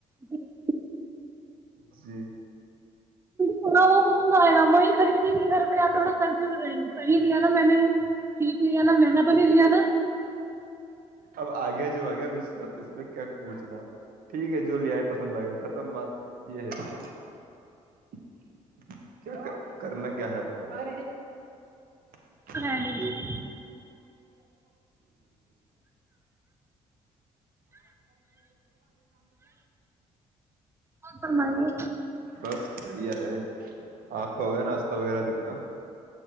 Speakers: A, on the right; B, on the right.
A: جی
B: جی
A: کہاں وہ پسند آئے گا وہی خریدیں گی گھر پہ آ تھوڑا کنفیویں گے صحیح دیا نا میں نے ٹھیک لیا نا مہنگا تو نہیں لیا نا
B: اب آ گیا جو آ گیا اب سھ اس میں کیا پوچھنا ٹھیک ہے جو آئے پسند آئے ختم بات یہ ہے کیا کرنا کیا ہے اپنا گوس
A: تو ہے ہی اور فرمائیے
B: بس ہے آپ کا ہو گیا وغیرہ دن کا